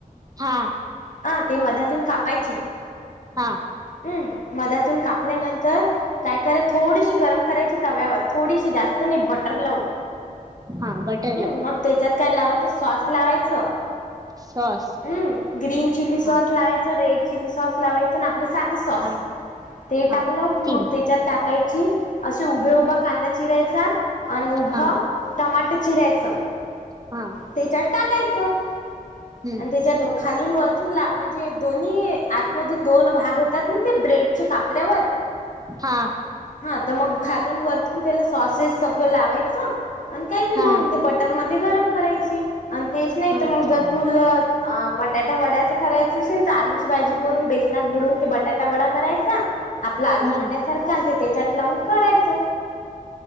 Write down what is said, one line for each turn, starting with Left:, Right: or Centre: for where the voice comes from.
Right: हा,
Left: हा ते मधातून कापायची.
Right: हा,
Left: हम्म, मधातून कापल्यानंतर काय करायच थोडीशी गरम करायची तव्यावर थोडीशी जास्त नाही बटर लावून.
Right: हा, बटर
Left: हम्म
Right: लावुन.
Left: मग त्याच्यात काय लावायचं सॉस लावायचं.
Right: सॉस.
Left: हम्म, ग्रीन चिली सॉस
Right: हा
Left: लावायच रेड चिली सॉस लावायचं ना आपल्या साध सॉस
Right: हा
Left: ते
Right: हा
Left: टाकल कि मग
Right: तीन
Left: त्याच्यात <unintelligible> असे उभे उभा कांदा चिरायचा. आणि, उभं
Right: हा
Left: टमाट चिरायच
Right: हा
Left: त्याच्यात टाकायचं.
Right: हम्म
Left: आणि त्याच्यात खालून वरतून ला म्हणजे दोन्ही आतमधून दोन भाग होत. तस ते ब्रेडच्या कापल्यावर
Right: हा
Left: हा तर मग खालून वरतून त्याला सॉसेस सगळं लावायचं. आणि काही नाही
Right: हा
Left: मग ते बटर मध्ये गरम करायची, आणि तेच नाही तर
Right: अच्छा
Left: मग जर तुल अ बटाटा वडायचा करायचां असेल तर, आलूची भाजी करून बेसनात बुडून ते बट बटाटा वडा करायचा आपला
Right: हम्म
Left: आलू गोंड्यासारखा आणि ते त्याच्यात लावून करायच.